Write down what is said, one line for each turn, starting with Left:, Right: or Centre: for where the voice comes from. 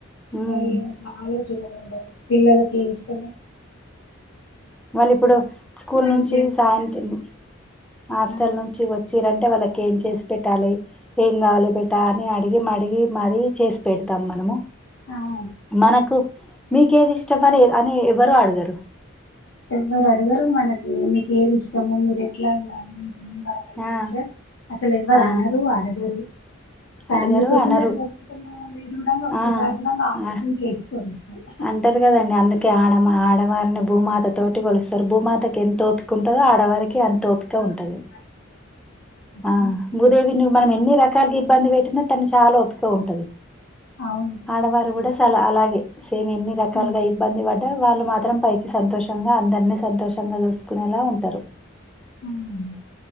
Centre: ఉమ్
Left: <unintelligible> చాలా <unintelligible> ఉండవు పిల్లలకి ఇష్టం <inaudible>
Centre: మళ్ల ఇప్పుడు స్కూల్
Left: మంచిగా
Centre: నుంచి
Left: అనిపిస్తుంది.
Centre: సాయంత్రం హాస్టల్
Left: ఆ
Centre: నుంచి వచ్చిరం టే వాళ్ళకి ఏం చేసి పెట్టాలి, ఏం కావాలి బెటా అని అడిగి మడిగి మరి చేసి పెడతాం మనము.
Left: ఆ
Centre: మనకు మీకేది ఇష్టం అని అని ఎవరు అడగరు.
Left: ఎవరు అడగరు మనకి మీకు ఏది ఇష్టము మీరు ఎట్లా ఉండాలి. ఏం కావాలని
Centre: ఆ
Left: సార్ అసలు ఎవ్వరు
Centre: ఆ
Left: అనరు, అడగరు. ఫ్యామిలీ
Centre: అడగరు
Left: కోసమే
Centre: అనరు
Left: బ్రతుకుతున్నా మీరు కూడాంగా ఒక్కసారి
Centre: ఆ
Left: కూడాంగా ఆలోచన
Centre: ఆ
Left: చేసుకోరు. అసలు
Centre: అంటారు కదండి అందుకే ఆడ ఆడవారిని భూమాత తోటి కొలుస్తరు, భూమాతకి ఎంత ఓపిక ఉంటదో ఆడవారి కి అంత ఒపిక
Left: ఆ,
Centre: ఉంటది.
Left: వాళ్ళకి ప్రతిదీ
Centre: ఆ భూదేవిని మనం
Left: చిన్న
Centre: ఎన్ని రకాలుగా ఇబ్బంది పెట్టినా తను చాలా ఒపికగ ఉంటది.
Left: అవును
Centre: ఆడవారు కూడ టాళ్ అలాగే సేమ్ ఎన్ని రకాలుగా
Left: ఉమ్,
Centre: ఇబ్బంది పడ్ డ వాళ్ళు మాత్రం పైకి సంతోషంగా అందరినీ సంతోషంగా చూసుకునేలా ఉంటరు.
Left: హ్మూ